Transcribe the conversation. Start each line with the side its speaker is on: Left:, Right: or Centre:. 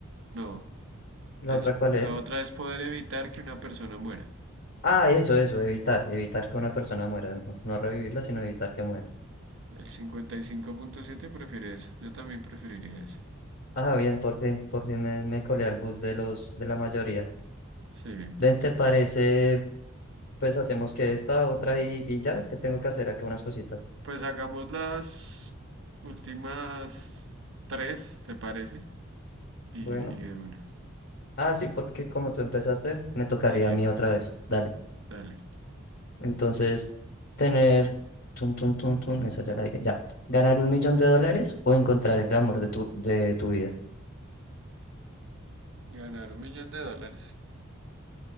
Right: No,
Left: ¿La
Right: es
Left: otra cuál es?
Right: la otra es poder evitar que una persona muera.
Left: Ah, eso, eso, evitar, evitar que una persona muera, no, no revivirla, sino evitar que muera.
Right: El 55.7 prefiere eso. Yo también preferiría eso.
Left: Ah, bien, por fin, por fin me, me colé al bus de los, de la mayoría.
Right: Sí.
Left: Ven, ¿te parece? Pues hacemos que esta, otra y, y ya, es que tengo que hacer acá unas cositas.
Right: Pues hagamos las últimas tres, ¿te parece? Y,
Left: Bueno.
Right: y de una.
Left: Ah, sí, porque como tú empezaste, me tocaría
Right: Sí,
Left: a mí otra vez. Dale.
Right: dale.
Left: Entonces, tener, tun, tun, tun, tun, esa ya la dije, ya. ¿Ganar un millón de dólares o encontrar el amor de tu, de tu vida?
Right: Ganar un millón de dólares.